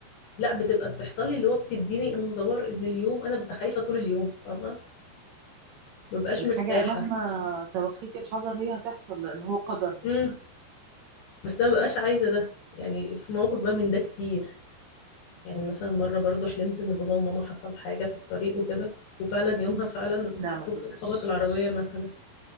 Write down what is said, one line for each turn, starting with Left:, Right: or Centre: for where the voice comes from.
Left: لا بتبقى بتحصل لي اللي هو بتديني انذار ان اليوم انا ببقى خايفه طول اليوم فاهمه ما ببقاش
Right: والحاجة
Left: مرتاحه
Right: مهما توخيتي الحذر هي هتحصل لان هو قدر
Left: امم بس انا ما ببقاش عايزه ده يعني في موقف بقى من ده كتير يعني مثلا مرة برضو حلمت إن بابا وماما حصل حاجة في الطريق وكده وفعلا يومها فعلا
Right: لا ما
Left: توك
Right: تقوليش
Left: توك خبط العربية مثلا